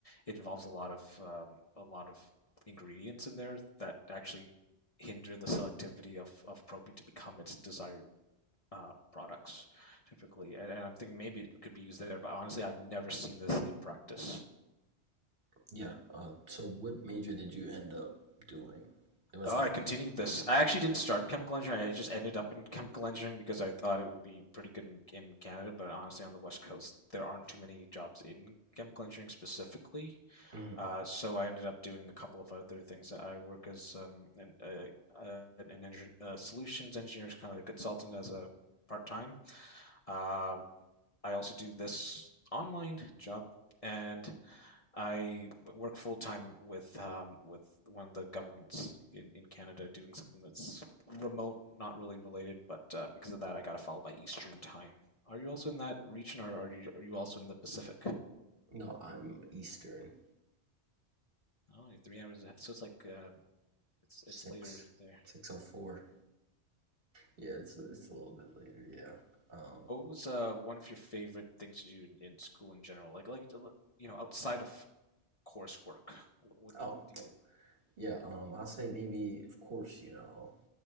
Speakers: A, on the left; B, on the right.
A: it involves a lot of um, a lot of ingredients in there that actually hinder the selectivity of, of propane to become its desired uh, products typically. And, and I'm thinking maybe it could be used there, but honestly, I've never seen this in practice.
B: yeah. Uh, so what major did you end up doing? Was
A: Oh,
B: it?
A: I continued this. I actually didn't start in chemical engineering. I just ended up in chemical engineering because I thought it would be pretty good in, in Canada, but honestly, on the West Coast, there aren't too many jobs in chemical engineering specifically.
B: Mhm.
A: Uh, so I ended up doing a couple of other things. I work as um, an, uh, uh, an engi- uh, solutions engineer, kind of like a consultant as a part-time. Uh, I also do this online job, and I work full time with um, with one of the governments in, in Canada doing something that's remote, not really related, but uh, because of that, I got to follow by Eastern time. Are you also in that region, or are you are you also in the Pacific?
B: No, I'm Eastern
A: Oh, you're three hours ahead. So it's like um, it's
B: six
A: it's later there.
B: six oh four. Yeah, it's it's a little bit later. Yeah. Um.
A: What was uh, one of your favorite things to do in, in school in general? Like like uh, you know outside of coursework, what what,
B: Oh,
A: what do you
B: yeah. Um. I'll say maybe. Of course, you know,